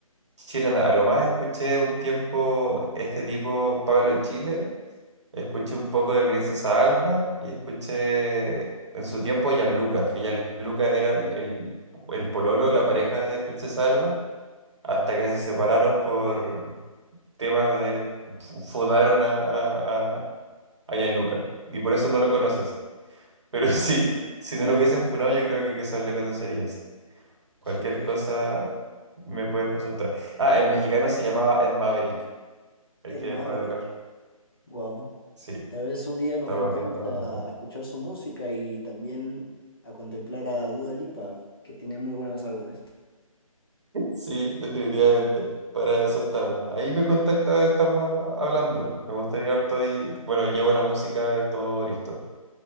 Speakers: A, on the right; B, on the left.
A: chilena. A lo más escuché un tiempo este tipo, Pablo Chile, escuché un poco de Princesa Alba y escuché en su tiempo Gianluca. que Gianluca era el, el, el pololo, la pareja de Princesa Alba, hasta que se separaron por temas de... fu- fundaron a, a, a, a Gianluca y por eso no lo conoces. Pero <laughs> sí, si
B: <laughs>
A: no lo hubiesen funado, yo creo que quizás le conocerías. Cualquier
B: Sí, pues
A: cosa
B: sí, es verdad.
A: me puedes consultar. Ah, el mexicano se llamaba Ed Maverick, el
B: Ed
A: que
B: Maverick,
A: dejó de tocar.
B: wow.
A: Sí,
B: Tal vez un día nos
A: está
B: juntamos
A: volviendo a
B: a
A: poco.
B: escuchar su música y también a contemplar a Dua Lipa, que tiene muy buenos álbumes.
A: Sí, definitivamente. Para eso estamos. Ahí me contacta, estamos hablando. pues. Me gustaría harto y bueno, llevo la música, todo listo.